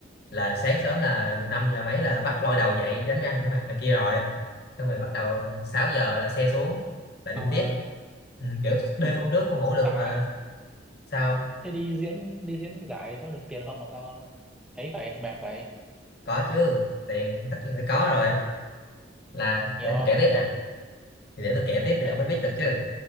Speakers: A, on the left; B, in the centre.
A: là sáng sớm là
B: ừ.
A: 5 giờ mấy là bắt lôi đầu dậy đánh răng rửa mặt này kia rồi xong rồi bắt đầu 6 giờ là xe xuống lại đi
B: xong
A: tiếp
B: rồi
A: ừ. kiểu đêm hôm trước không ngủ được
B: tạ
A: mà sao
B: thế đi diễn đi diễn giải thì có được tiền không mà sao ấy vậy mệt vậy
A: có chứ tiền tất nhiên phải có rồi là
B: nhiều
A: để
B: không
A: tôi kể
B: bao
A: tiếp
B: nhiêu
A: nè thì để tôi kể tiếp thì
B: ừ
A: ông mới biết được chứ